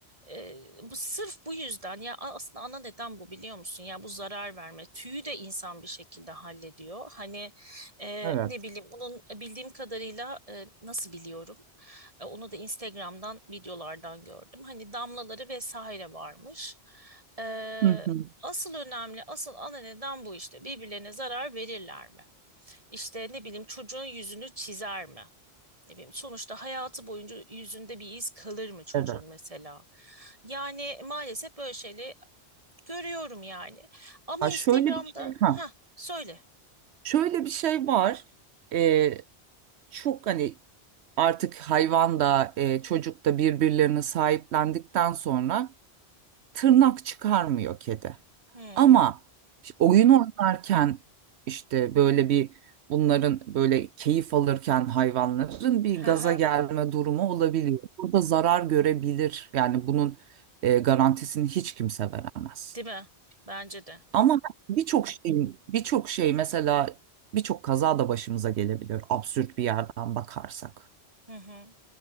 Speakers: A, on the right; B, on the right.
A: e, bu sırf bu yüzden ya a- aslında ana neden bu biliyor musun? Ya bu zarar verme. Tüyü de insan bir şekilde hallediyor. Hani e,
B: Evet.
A: ne bileyim bunun e, bildiğim kadarıyla e, nasıl biliyorum? E, onu da Instagram'dan videolardan gördüm. Hani damlaları vesaire varmış. E,
B: Hı hı.
A: asıl önemli, asıl ana neden bu işte. Birbirlerine zarar verirler mi? İşte ne bileyim çocuğun yüzünü çizer mi? Ne bileyim, sonuçta hayatı boyunca yüzünde bir iz kalır mı çocuğun
B: Evet.
A: mesela? Yani maalesef böyle şeyleri görüyorum yani. Ama
B: Ha
A: Instagram'da
B: şöyle bir şey ha.
A: ha söyle.
B: Şöyle bir şey var. Ee, çok hani artık hayvan da e, çocuk da birbirlerini sahiplendikten sonra tırnak çıkarmıyor kedi.
A: Hmm.
B: Ama işte oyun oynarken işte böyle bir bunların böyle keyif alırken hayvanların bir
A: Ha
B: gaza
A: ha.
B: gelme durumu olabiliyor. Burada zarar görebilir. Yani bunun e, garantisini hiç kimse veremez.
A: Değil mi? Bence de.
B: Ama birçok şeyin birçok şey mesela birçok kaza da başımıza gelebilir absürt bir yerden bakarsak.
A: Hı hı.